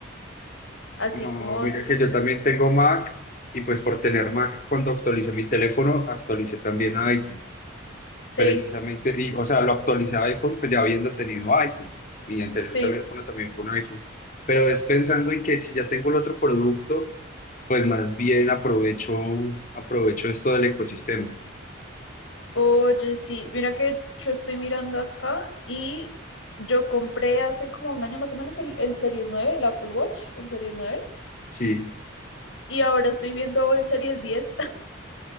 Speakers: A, on the left (about 70°); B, on the left (about 40°).
A: así
B: No,
A: como,
B: mira
A: de-
B: que yo también tengo Mac y pues por tener Mac, cuando actualicé mi teléfono, actualicé también a iPhone,
A: sí,
B: precisamente, y, o sea, lo actualicé a iPhone, pues ya habiendo tenido iPhone. Mi anterior
A: sí,
B: teléfono también fue un iPhone. Pero es pensando en que si ya tengo el otro producto, pues más bien aprovecho, aprovecho esto del ecosistema.
A: oye, sí, mira que yo estoy mirando acá y yo compré hace como un año más o menos el, el Series nueve el Apple Watch, el Series nueve
B: Sí.
A: y ahora estoy viendo el Series diez